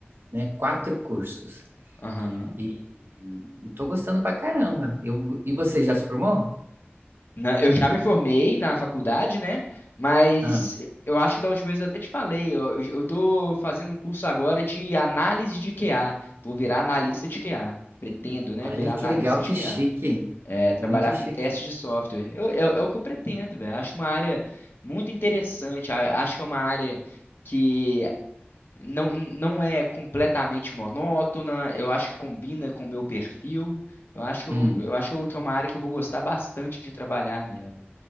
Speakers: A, on the right; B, on the left.
A: né, quatro cursos.
B: Aham.
A: E, e tô gostando pra caramba. Eu, e você já se formou?
B: Na- eu já me formei na faculdade, né? Mas
A: Ah,
B: eu acho que da última vez eu até te falei, eu, eu tô fazendo um curso agora de análise de QA. Vou virar analista de QA. Pretendo, né?
A: olha
B: Virar
A: que
B: analista
A: legal,
B: de
A: que
B: QA.
A: chique.
B: É, trabalhar
A: Muito
B: com
A: chique.
B: testes de software. Eu, é, é o que eu pretendo, velho. Acho uma área muito interessante. A- Acho que é uma área que não, não é completamente monótona. Eu acho que combina com o meu perfil. Eu acho que eu
A: Hum,
B: vou, eu acho que é uma área que eu vou gostar bastante de trabalhar nela.